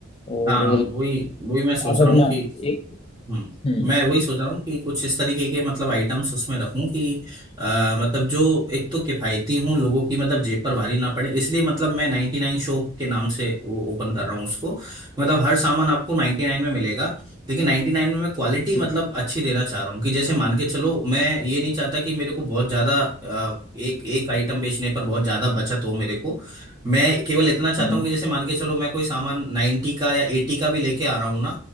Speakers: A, on the left; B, on the right.
A: और
B: हाँ वही वही मैं सोच
A: आप
B: रहा
A: अपना
B: हूँ कि
A: एक
B: हम्म
A: हम्म
B: मैं वही सोच रहा हूँ कि कुछ इस तरीके के मतलब आइटम्स उसमें रखूं कि आ, मतलब जो एक तो किफ़ायती हूँ लोगों की मतलब जेब पर भारी ना पड़े इसलिए मतलब मैं 99 शॉप के नाम से वो ओपन कर रहा हूँ उसको मतलब हर सामान आपको 99 में मिलेगा लेकिन 99 में मैं क्वालिटी मतलब
A: हम्म
B: अच्छी देना चाह रहा हूँ कि जैसे मान के चलो मैं ये नहीं चाहता कि मेरे को बहुत ज़्यादा अ, एक एक आइटम बेचने पर बहुत ज़्यादा बचत हो मेरे को मैं केवल इतना चाहता
A: हम्म
B: हूँ कि जैसे मान के चलो मैं कोई सामान 90 का या 80 का भी लेके आ रहा हूँ ना